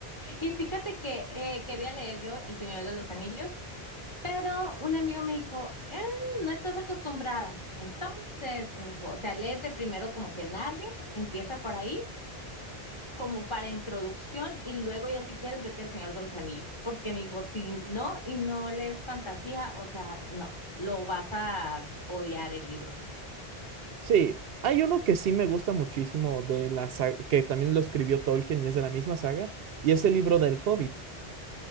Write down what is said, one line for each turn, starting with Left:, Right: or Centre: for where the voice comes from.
Left: Y fíjate que eh, quería leer yo El Señor de los Anillos. Pero un amigo me dijo, "Eh, no estás acostumbrada. Entonces me dijo, o sea, léete primero como que Narnia, empieza por ahí, como para introducción, y luego ya si quieres vete al Señor de los Anillos. Porque me dijo, si no y no lees fantasía, o sea, no, lo vas a odiar el libro.
Right: Sí, hay uno que sí me gusta muchísimo de la saga, que también lo escribió Tolkien y es de la misma saga, y es el libro del Hobbit.